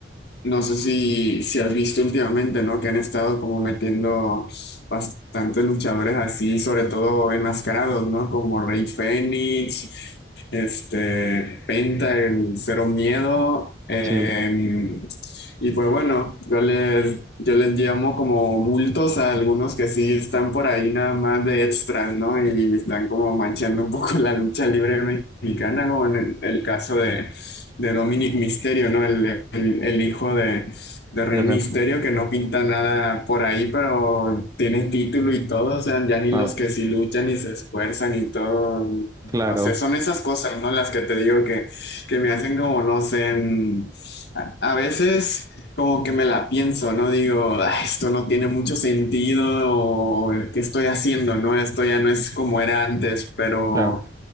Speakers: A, on the left (about 60°); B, on the right (about 20°).
A: no sé si, si has visto últimamente, ¿no? Que han estado como metiendo bastantes luchadores así, sobre todo enmascarados, ¿no? Como Rey Fénix, este, Penta, el Cero Miedo. eh,
B: Sí,
A: y pues bueno, yo les, yo les llamo como bultos a algunos que sí están por ahí nada más de extras, ¿no? Y están como manchando un poco la lucha libre mexicana, como en el el caso de de Dominic Mysterio, ¿no? El, el- el hijo de, de Rey
B: de rep,
A: Mysterio que no pinta nada por ahí, pero tiene título y todo, o sea, ya ni
B: claro,
A: los que sí luchan y se esfuerzan y todo,
B: claro,
A: no sé, son esas cosas, ¿no? Las que te digo que, que me hacen como, no sé, mm, a a veces como que me la pienso, ¿no? Digo, "Ah, esto no tiene mucho sentido, o qué estoy haciendo, ¿no? Esto ya no es como era antes, pero
B: claro,